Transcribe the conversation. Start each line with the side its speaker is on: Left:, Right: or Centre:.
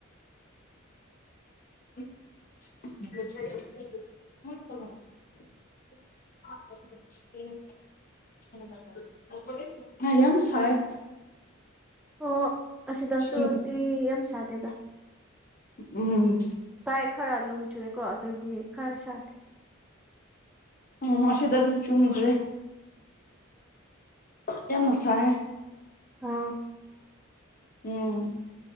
Centre: <inaudible> <unintelligible> <inaudible>
Left: <inaudible> <unintelligible> <unintelligible> <inaudible> <unintelligible> <unintelligible> ꯑ ꯌꯥꯝ ꯁꯥꯏ
Centre: ꯑꯣ ꯑꯁꯤꯗꯁꯨꯗꯤ
Left: ꯎꯝ
Centre: ꯌꯥꯝ ꯁꯥꯗꯦꯗ
Left: ꯎꯝ
Centre: ꯑꯦꯔꯥꯜꯂꯨꯝ ꯆꯨꯦꯀꯣ ꯑꯗꯨꯒꯤ ꯈꯔ ꯁꯥꯗꯤꯦ
Left: ꯎꯝ ꯑꯁꯤꯗꯗꯤ ꯆꯨꯝꯗ꯭ꯔꯦ ꯌꯥꯝ ꯃꯁꯥꯏ
Centre: ꯑꯣ
Left: ꯎꯝ